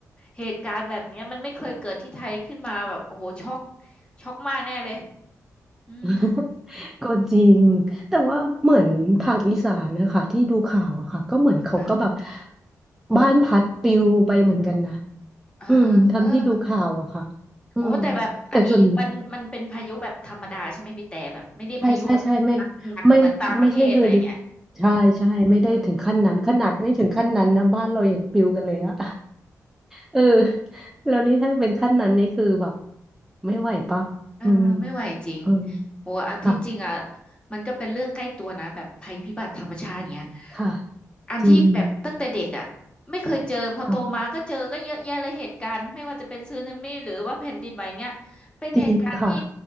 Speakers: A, on the left (about 15°); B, in the centre.
A: เหตุการณ์แบบเนี้ยมันไม่เคยเกิดที่ไทยขึ้นมาแบบโอ้โหช็อกช็อกมากแน่เลยอืม
B: <laughs> ก็จริงแต่ว่าเหมือนทางอีสานนะคะที่ดูข่าวอะค่ะก็เหมือนเขาก็แบบ
A: ค่ะ
B: บ้านพัดปลิวไปเหมือนกันนะ
A: เออเออเออ
B: อืมทำที่ดูข่าวอะค่ะอืม
A: โอ้แต่แบบอันนี้มันมันเป็นพายุแบบธรรมดาใช่ไหมพี่แต่แบบไม่ได้พายุแบบหนักหนักเหมือนต่างประเทศอะไรเงี้ย
B: แต่ส่วนใช่ใช่ใช่ไม่ไม่ไม่ใช่เฮอริเคนใช่ใช่ไม่ได้ถึงขั้นนั้นขนาดไม่ถึงขั้นนั้นนะบ้านเรายังปลิวกันเลยอะ
A: เออ
B: เออแล้วนี่ถ้าเป็นขั้นนั้นนี่คือแบบไม่ไหวป่ะอืม
A: เออไม่ไหวจริง
B: อืม
A: โอ้อันที่จริงอ่ะ
B: ค่ะ
A: มันก็เป็นเรื่องใกล้ตัวนะแบบภัยพิบัติธรรมชาติอย่างเงี้ย
B: ค่ะ
A: อันที่แบบตั้งแต่เด็กอ่ะไม่เคยเจอพอโตมาก็เจอก็เยอะแยะเลยเหตุการณ์ไม่ว่าจะเป็นสึนามิหรือว่าแผ่นดินไหวเงี้ยเป็นเหตุการณ์ที่
B: จริงค่ะจริงค่ะ